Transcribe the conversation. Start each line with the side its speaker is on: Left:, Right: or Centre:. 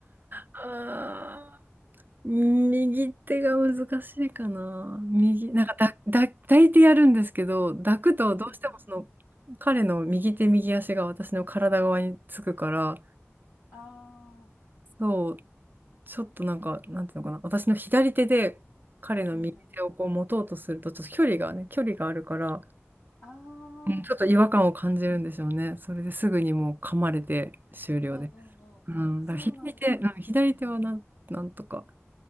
Left: なんか
Right: あー右手が難しいかな。右、
Left: あ、
Right: なんかだ、だ、抱いてやるんですけど、抱くとどうしてもその
Left: うんうんうん。
Right: 彼の右手右足が私の体側につくから、
Left: ああ、
Right: そう、ちょっとなんか、なんていうのかな、私の左手で彼の右手をこう持とうとすると、
Left: うんうんうん。
Right: ちょっと距離がね、距離があるから、
Left: ああ、
Right: うんちょっと違和感を感じるんでしょうね。それですぐにもう噛まれて終了です。
Left: うんうんうん。
Right: うん、
Left: そうなんですよね。
Right: だから左手、うん、左手はなん、なんとか。